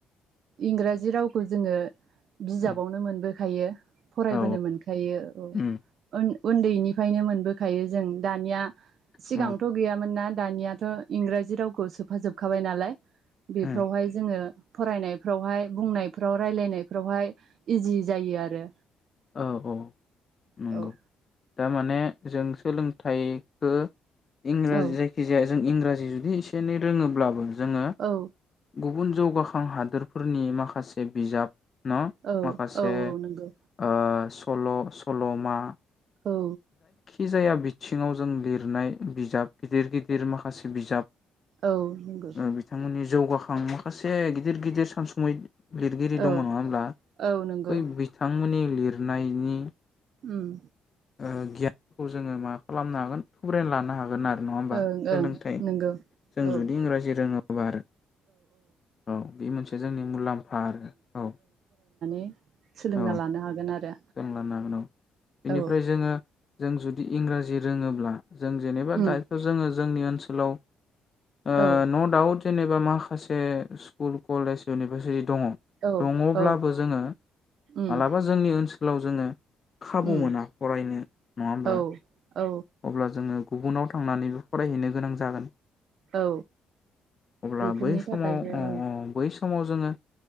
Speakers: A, on the right; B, on the left.
A: इंराजि रावखौ जोंङो बिजाबावनो
B: उम
A: मोनबो खायो। फरायबोनो
B: औ
A: मोनखायो। औ
B: उम
A: ओन उन्दैनिफायनो मोनबोखायो जों दानिया सिगांथ'
B: औ
A: गैयामोन ना? दानियाथ' इंराजि रावखौ सो फाजोबखाबाय नालाय बेफोरावहाय
B: उम
A: जोंङो फरायनायफ्रावहाय बुंनायफ्राव रायलायनायफ्रावहाय इजि जायो आरो।
B: औ औ। नोंगौ
A: औ
B: दामाने जों सोलोंथाइखो इंराजि
A: औ
B: जायखि जाया जों इंराजि जुदि एसे एनै रोङोंब्लाबो जोंङो
A: औ
B: गुबुन जौगाखां हादोरफोरनि माखासे बिजाब न'
A: औ
B: माखासे
A: औ औ नंगौ।
B: ओ सल' सल'मा बा
A: औ
B: जखि जाया बिथिङाव जों लिरनाय बिजाब गिदिर गिदिर माखा माखासे बिजाब
A: औ नंगौ।
B: ओ बिथांमोननि जौगाखां माखासे गिदिर गिदिर सानसुमै लिरगिरि दङ
A: औ
B: नङा होमब्ला
A: औ नंगौ
B: बै बिथांमोननि लिरनायनि
A: उम
B: ओ गियानखौ जोङो मा खालामनो हागोन थ्रुयना लानो हागोन आरो। नङा होमबा
A: ओं
B: सोलोंथाइ
A: नंगौ
B: जों
A: औ
B: जुदि इंराजि रोङोबा आरो औ बे मोनसे जोंनि मुलाम्फा आरो औ।
A: <unintelligible>
B: औ जों
A: लानो हागोन आरो
B: लानो हागोन औ बेनिफ्राय
A: औ
B: जोङो जों जुदि इंराजि रोङोब्ला जों जेनेबा
A: उम
B: दायथ' जोङो जोंनि ओनसोलाव आ
A: औ
B: न' दाउट जेनेबा माखासे स्कुल कलेज इउनिभारसिटि दङ
A: औ
B: दङब्लाबो
A: औ
B: जोङो
A: उम
B: मालाबा जोंनि ओ ओनसोलाव जोङो खाबु
A: उम
B: मोना फरायनो नङा होमब्ला?
A: औ औ
B: अब्ला जोङो गुबुनाव थांनानैबो फरायहैनो गोनां जागोन।
A: औ
B: अब्ला
A: बेफोरनि
B: बै समाव
A: थाखायबो
B: ओम
A: औ
B: बै सम समाव जोङो